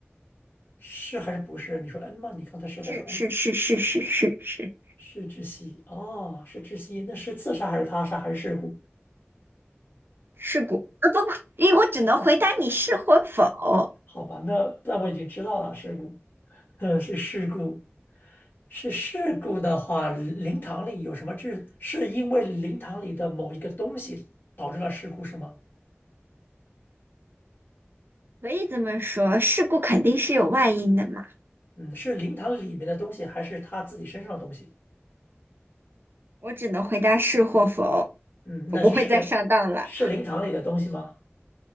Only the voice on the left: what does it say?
是还是不是？你说嗯吗？你刚才是在说嗯，
是窒息，哦，是窒息，那是自杀还是他杀还是事故？
好吧，那那我已经知道了，事故，<laughs> 呃，是事故，是事故的话，灵堂里有什么致？是因为灵堂里的某一个东西导致了事故是吗？
嗯，是灵堂里面的东西，还是他自己身上的东西？
嗯，
那是是是灵堂里的东西吗？